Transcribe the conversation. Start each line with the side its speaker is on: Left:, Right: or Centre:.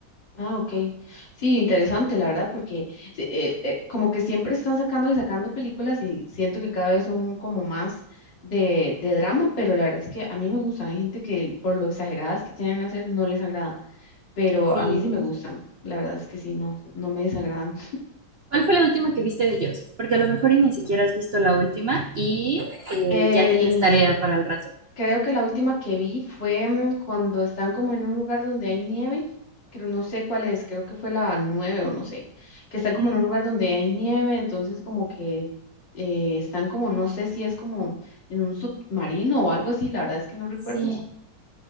Left: ah, ok. Sí, interesante, la verdad, porque se- eh, eh, como que siempre están sacando y sacando películas y siento que cada vez son como más de, de drama, pero la verdad es que a mí me gustan. Hay gente que por lo exageradas que tienen a hacer no les agrada, pero
Right: Sí.
Left: a mí sí me gustan. La verdad es que sí, no, no me desagradan.
Right: ¿Cuál fue la última que viste de ellos? Porque a lo mejor y ni siquiera has visto la última y eh,
Left: El,
Right: ya tienes tarea para el rato.
Left: Creo que la última que vi fue mm, cuando están como en un lugar donde hay nieve, creo, no sé cuál es, creo que fue la nueve o no sé, que están como
Right: Sí,
Left: en un lugar donde hay nieve, entonces como que eh, están como, no sé si es como en un submarino o algo así, la verdad es que no recuerdo.
Right: sí.